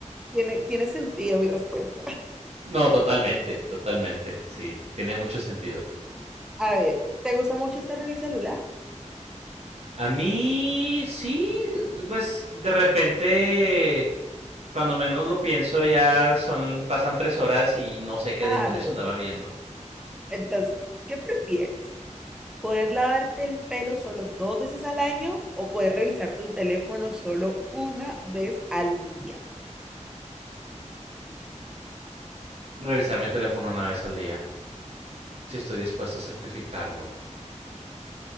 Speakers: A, in the centre; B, on the right.
A: Tiene, tiene sentido mi respuesta.
B: No, totalmente, totalmente. Sí, tiene mucho sentido.
A: <laughs> A ver, ¿te gusta mucho estar en el celular?
B: A mí, sí, pues de repente Cuando menos lo pienso, ya son, pasan tres horas y no sé qué
A: Ah,
B: demonios
A: entonces,
B: andaba viendo.
A: sí. entonces, ¿qué prefieres? ¿Poder lavarte el pelo solo dos veces al año o poder revisar tus teléfonos solo una vez al día?
B: Revisar mi teléfono una vez al día, si estoy dispuesto a sacrificarlo.